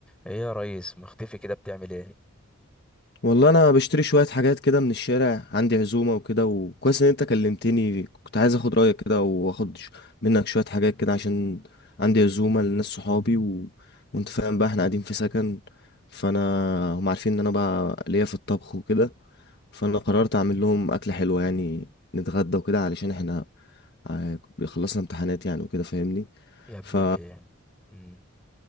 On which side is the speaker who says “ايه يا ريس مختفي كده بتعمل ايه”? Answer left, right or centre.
Centre